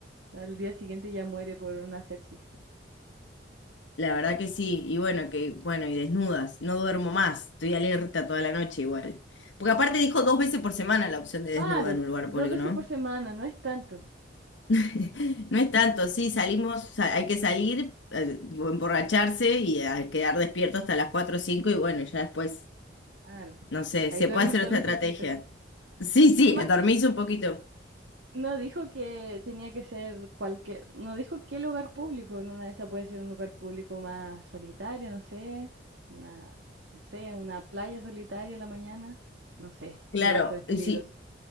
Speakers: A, on the right; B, on the left.
A: Al día siguiente ya muere por una sepsis.
B: la verdad que sí. Y bueno, que, bueno, y desnudas. No duermo más. Estoy alerta toda la noche igual. Porque aparte dijo dos veces por semana la opción de
A: Claro,
B: desnuda en un lugar público,
A: dos veces
B: ¿no?
A: por semana, no es tanto.
B: <laughs> No es tanto, sí, salimos, sa- hay que salir, eh, emborracharse y a quedar despierto hasta las 4 o 5. y bueno, ya después,
A: Claro.
B: no sé,
A: Ahí
B: se
A: duerme
B: puede hacer
A: solo
B: otra
A: un
B: estrategia.
A: poquito.
B: Sí,
A: Y
B: sí,
A: además
B: dormís
A: que
B: un poquito.
A: no dijo que tenía que ser cualquier, no dijo qué lugar público. En una de esas puede ser un lugar público más solitario, no sé, una, no sé, una playa solitaria en la mañana. No sé,
B: Claro,
A: igual todo es peligroso.
B: y sí,